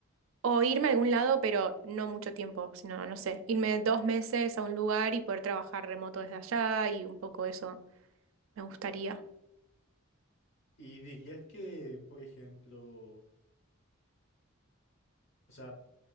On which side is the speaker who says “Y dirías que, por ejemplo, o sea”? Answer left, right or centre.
Left